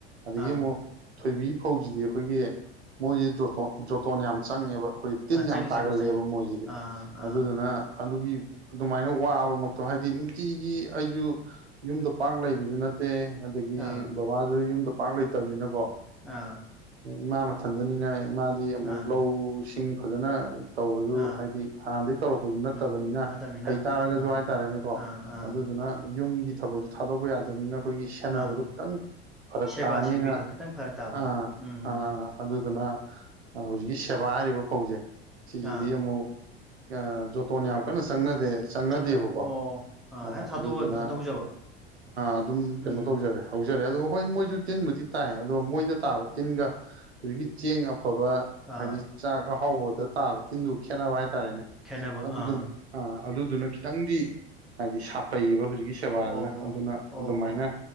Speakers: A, on the right; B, in the centre.
A: ꯑꯗꯒꯤ
B: ꯑꯥ
A: ꯑꯃꯨꯛ ꯊꯣꯏꯕꯤ ꯐꯧꯁꯤꯗꯤ ꯑꯩꯈꯣꯏꯒꯤ ꯃꯣꯏꯖꯦ ꯖꯣꯇꯣꯟ ꯌꯥꯝ ꯆꯪꯉꯦꯕ ꯑꯩꯈꯣꯏ ꯇꯤꯟ
B: ꯑꯥ ꯆꯪꯉꯤ
A: ꯌꯥꯝ ꯇꯥꯒꯜꯂꯦꯕ
B: ꯆꯪꯉꯤ ꯆꯪꯉꯤ
A: ꯃꯣꯏꯁꯤꯗꯤ
B: ꯑꯥ
A: ꯑꯗꯨꯗꯨꯅ
B: ꯑꯥ
A: ꯑꯗꯨꯒꯤ ꯑꯗꯨꯃꯥꯏꯅ ꯋꯥꯕꯃꯛꯇꯣ ꯍꯥꯏꯗꯤ ꯅꯨꯡꯇꯤꯒꯤ ꯑꯩꯁꯨ ꯌꯨꯝꯗ ꯄꯥꯛ ꯂꯩꯕꯁꯨ ꯅꯠ ꯇꯦ ꯑꯗꯒꯤ
B: ꯑꯥ
A: ꯕꯕꯥꯁꯨ ꯌꯨꯝꯗ ꯄꯥꯛ ꯂꯩꯇꯕꯅꯤꯅꯀꯣ
B: ꯑꯥ
A: ꯏꯃꯥ ꯃꯊꯟꯗꯅꯤꯅ ꯏꯃꯥꯗꯤ ꯑꯃꯨꯛ
B: ꯃꯥꯅꯦ
A: ꯂꯧꯁꯤꯡ ꯐꯖꯅ ꯇꯧꯕꯁꯨ
B: ꯑꯥ
A: ꯍꯥꯏꯗꯤ ꯍꯥꯟꯅꯗꯒꯤ ꯇꯧꯔꯛꯄꯁꯨ ꯅꯠꯇꯕꯅꯤꯅ
B: ꯎꯝ ꯅꯠꯇꯕꯅꯤꯅ
A: ꯍꯩ ꯇꯥꯔꯒꯁꯨ
B: ꯑꯥ
A: ꯍꯥꯏꯇꯥꯔꯦꯅꯦꯀꯣ
B: ꯑꯥ ꯑꯥ
A: ꯑꯗꯨꯗꯨꯅ ꯌꯨꯝꯒꯤ ꯊꯕꯛꯁꯨ ꯊꯥꯗꯣꯛꯄ ꯌꯥꯗꯕꯅꯤꯅ ꯑꯩꯈꯣꯏꯒꯤ ꯁꯦꯟꯅꯕꯗꯣ
B: ꯑꯥ
A: ꯈꯤꯇꯪ ꯐꯔꯛ
B: ꯁꯦꯕꯥ
A: ꯇꯥꯅꯤꯅ
B: ꯁꯦꯕꯤꯗꯣ ꯈꯤꯇꯪ ꯐꯔꯛ ꯇꯥꯕ
A: ꯑ
B: ꯎꯝ
A: ꯑꯥ ꯑꯗꯨꯗꯨꯅ ꯍꯧꯖꯤꯛꯀꯤ ꯁꯦꯕꯥ ꯍꯥꯏꯔꯤꯕ ꯐꯧꯁꯦ ꯁꯤꯖꯤꯗꯤ
B: ꯑꯥ
A: ꯑꯃꯨꯛ ꯖꯣꯇꯣꯟ ꯌꯥꯝ ꯀꯟꯅ ꯆꯪꯅꯗꯦ ꯆꯪꯅꯗꯦꯕꯀꯣ
B: ꯆꯪꯗꯕ ꯑꯣ ꯑꯥ
A: ꯑꯣ
B: ꯍꯦꯛ ꯊꯥꯗꯣꯛꯑꯒ
A: ꯑꯗꯨꯗꯨꯅ
B: ꯃꯊꯟꯇ ꯍꯧꯖꯕ
A: ꯑꯗꯨꯝ ꯀꯩꯅꯣ
B: ꯎꯝ
A: ꯇꯧꯖꯔꯦ ꯍꯧꯖꯔꯦ ꯑꯗꯣ ꯍꯣꯏ ꯃꯣꯏꯁꯨ ꯇꯤꯟꯕꯨꯗꯤ ꯇꯥꯏ ꯑꯗꯣ ꯃꯣꯏꯗ ꯇꯥꯕ ꯇꯤꯟꯒ ꯍꯧꯖꯤꯛꯀꯤ ꯆꯦꯡ ꯑꯐꯕ
B: ꯑꯥ
A: ꯍꯥꯏꯗꯤ ꯆꯥꯛ ꯑꯍꯥꯎꯕꯗ ꯇꯥꯕ ꯇꯤꯟꯗꯨꯒ ꯈꯦꯠꯅꯕ ꯍꯥꯏꯇꯥꯔꯦꯅꯦ
B: ꯈꯦꯠꯅꯕ
A: ꯑꯗꯨꯗꯨꯅ
B: ꯑꯥ
A: ꯑ ꯑꯗꯨꯗꯨꯅ ꯈꯤꯇꯪꯗꯤ ꯍꯥꯏꯗꯤ ꯁꯥꯐꯩꯌꯦꯕ ꯍꯧꯖꯤꯛꯀꯤ ꯁꯦꯕꯥꯁꯤꯅ
B: ꯑꯣ
A: ꯑꯗꯨꯅ
B: ꯑꯣ
A: ꯑꯗꯨꯃꯥꯏꯅ